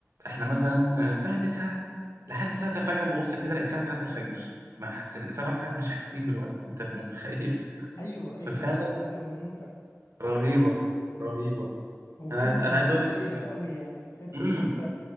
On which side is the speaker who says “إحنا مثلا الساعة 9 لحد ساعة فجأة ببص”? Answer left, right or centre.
Right